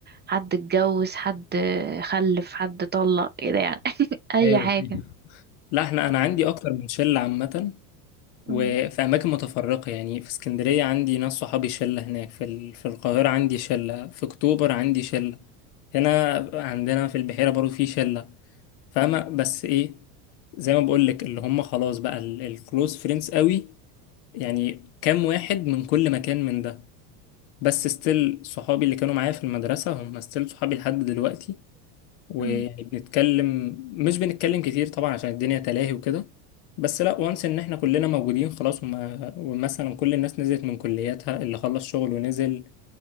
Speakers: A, on the right (about 20°); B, on the left (about 60°).
A: حد اتجوز حد خلف حد طلق كده يعني <laughs> أي
B: ايوه
A: حاجة
B: لا احنا انا عندي اكتر من شله عامه وفي
A: أمم،
B: اماكن متفرقه يعني في اسكندريه عندي ناس صحابي شله هناك في ال... في القاهره عندي شله في اكتوبر عندي شله هنا عندنا في البحيره برضو في شله فاهمه بس ايه زي ما بقول لك اللي هم خلاص بقى الكلوز فريندز قوي يعني كام واحد من كل مكان من ده بس ستيل صحابي اللي كانوا معايا في المدرسه هم ستيل صحابي لحد دلوقتي ويعني
A: أمم،
B: بنتكلم مش بنتكلم كتير طبعا عشان الدنيا تلاهي وكده بس لا وانس ان احنا كلنا موجودين خلاص وما ومثلا كل الناس نزلت من كلياتها اللي خلص شغل ونزل